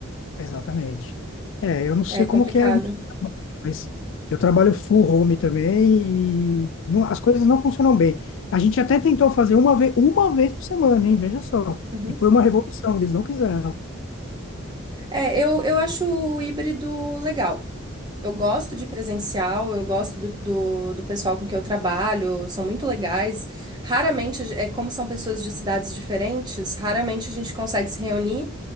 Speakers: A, on the left; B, on the right.
A: Exatamente. É, eu não sei
B: É
A: como
B: complicado.
A: que é, mas eu trabalho full home também e não- as coisas não funcionam bem. A gente até tentou fazer uma vez, uma vez por semana, hein? Veja só.
B: Uhum.
A: E foi uma revolução, eles não quiseram.
B: É, eu, eu acho o híbrido legal. Eu gosto de presencial, eu gosto do, do, do pessoal com que eu trabalho, são muito legais. Raramente, é como são pessoas de cidades diferentes, raramente a gente consegue se reunir,